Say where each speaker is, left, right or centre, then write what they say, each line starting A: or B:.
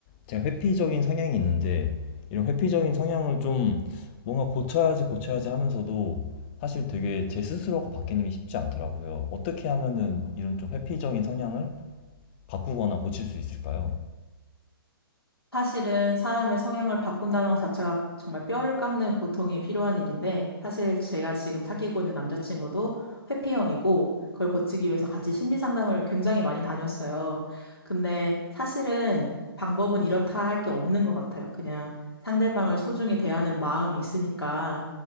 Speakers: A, on the left; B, on the left.
A: 제가 회피적인 성향이 있는데 이런 회피적인 성향을 좀 뭔가 고쳐야지 고쳐야지 하면서도 사실 되게 제 스스로가 바뀌는 게 쉽지 않더라고요. 어떻게 하면은 이런 좀 회피적인 성향을 바꾸거나 고칠 수 있을까요?
B: 사실은 사람의 성향을 바꾼다는 것 자체가 정말 뼈를 깎는 고통이 필요한 일인데, 사실 제가 지금 사귀고 있는 남자친구도 회피형이고, 그걸 고치기 위해서 같이 심리 상담을 굉장히 많이 다녔어요. 근데 사실은 방법은 이렇다 할 게 없는 것 같아요. 그냥 상대방을 소중히 대하는 마음이 있으니까,